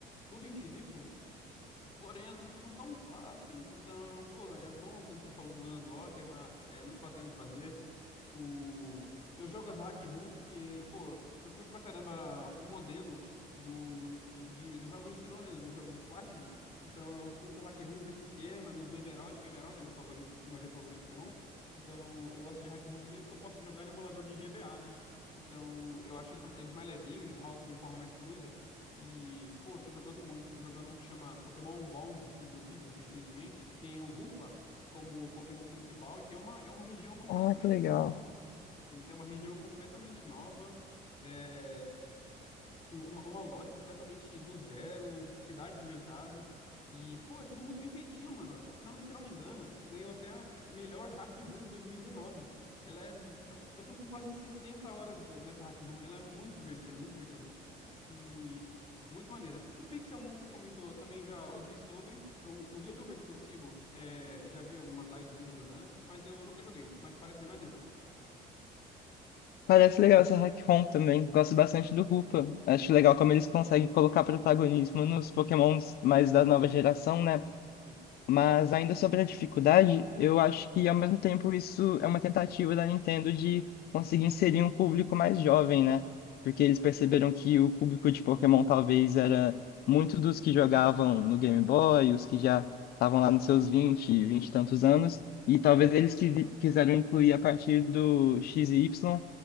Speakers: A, on the left (about 30°); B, on the left (about 65°).
A: tudo em XY, Porém, as lutas são tão fáceis, então, pô, é bom, como você falou do Zonas Lock, é, uma, é muito bacana de fazer. O... Eu jogo as hack ROMs porque, pô, eu curto pra caramba o modelo do, de, dos jogos Sinnoh, né? Dos jogos Platinum. Então eu curto hack ROMs nesse esquema, nos do Emerald, que Emerald é meu favorito, de- meu jogo favorito de Pokémon. Então eu gosto de hack ROMs nesse que eu posso jogar no emulador de GBA, né? Então eu acho eles, eles mais levinhos, eles rodam de forma mais fluida. E, pô, eu tô jogando muito. Eu Tô jogando um que chama Pokémon Bond, inclusive, recentemente, que tem o Rupa como Pokémon principal e tem uma, é uma região completamente
B: Ah, que legal.
A: nova. Ele tem uma região completamente nova. é, uma, uma lore completamente do zero, cidades inventadas. E, pô, é tudo muito bem feitinho, mano. Se não, me- se não me engano, ganhou até a melhor Hack Room de 2019. Ela é. mu- ela- Eu tô com quase 60 horas nessa Hack Room. Ela é muito divertida, muito divertida. E é muito maneira. O Pixelmon que você comentou, eu também já ouvi sobre. Eu- uns YouTubers que eu sigo, é, já vi algumas lives deles jogando, mas eu nunca joguei. Mas parece bem maneiro.
B: Parece legal essa hack ROM também. Gosto bastante do Rupa. Acho legal como eles conseguem colocar protagonismo nos Pokémons mais da nova geração, né?
A: Sim.
B: Mas ainda sobre a dificuldade, eu acho que ao mesmo tempo isso é uma tentativa da Nintendo de conseguir inserir um público mais jovem, né? Porque eles perceberam que o público de Pokémon talvez era muito dos que jogavam no Game Boy, os que já estavam lá nos seus 20, 20 e tantos anos, e talvez eles quisi- quiseram incluir a partir do X e Y